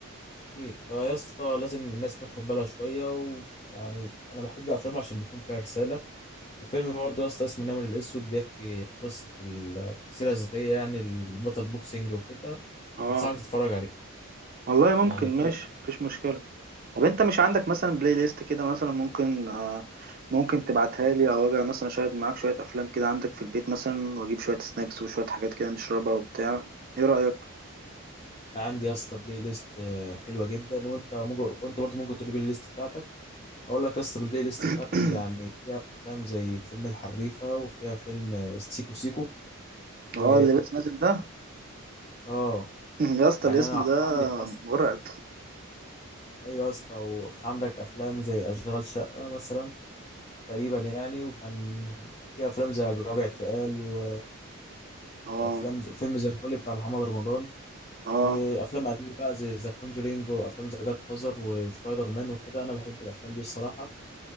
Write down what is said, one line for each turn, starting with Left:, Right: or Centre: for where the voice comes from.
Left: اكيد فيا اسطى لازم الناس تاخد بالها شويه ويعني انا بحب افلامه عشان بيكون فيها رساله وفيلم برضه يا اسطى اسمه النمر الاسود بيحكي قصه السيره الذاتيه يعني البطل بوكسينج وكده
Right: آه.
Left: انصحك تتفرج عليه
Right: والله ممكن
Left: يعني فيلم
Right: ماشي مفيش مشكلة طب انت مش عندك مثلا بلاي ليست كده مثلا ممكن آه ممكن تبعتها لي او اجي مثلا شاهد معاك شوية افلام كده عندك في البيت مثلا واجيب شوية سناكس وشوية حاجات كده نشربها وبتاع ايه رأيك
Left: عندي يا اسطى بلاي ليست آه، حلوه جدا وانت ممكن وانت برضه ممكن تقول لي بلاي ليست بتاعتك اقول لك يا اسطى البلاي ليست
Right: <clears throat>
Left: بتاعتي يعني فيها افلام زي فيلم الحريفه وفيها فيلم آه، سيكو سيكو
Right: اه
Left: و
Right: اللي لسه نازل ده
Left: اه
Right: <laughs> يا اسطى
Left: يعني
Right: الاسم
Left: انا
Right: ده
Left: عندي حظ
Right: مرعب
Left: ايوه يا اسطى وفي عندك افلام زي اشغال شقه مثلا تقريبا يعني وكان في افلام زي جواب اعتقال و-
Right: <laughs> اه
Left: وافلام زي فيلم زي الفل بتاع محمد رمضان
Right: اه
Left: وافلام اجنبي بقى زي ذا كونجرينج وافلام زي جاد فازر وسبايدر مان وكده انا بحب الافلام دي الصراحه